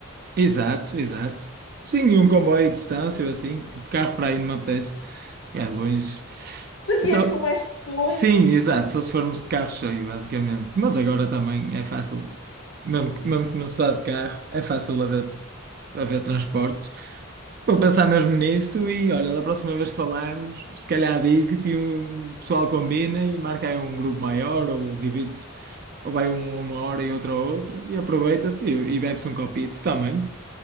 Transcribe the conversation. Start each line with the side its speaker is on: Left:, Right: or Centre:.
Right: Exato, exato. Sim, e um comboio de distância ou assim, tipo carro para aí não me apetece. É longe.
Left: Se vieres
Right: Só.
Left: com mais pessoas,
Right: Sim, exato, só se formos de carro cheio, basicamente. Mas agora também é fácil, mesmo, que- mesmo que não se vá de carro, é fácil haver, haver transportes. Vou pensar mesmo nisso e olha, da próxima vez que falarmos, se calhar digo-te, e o pessoal combina e marca aí um grupo maior ou divide-se, ou vai um a uma hora e outro a outra e aproveita-se e, e bebe-se um copito também.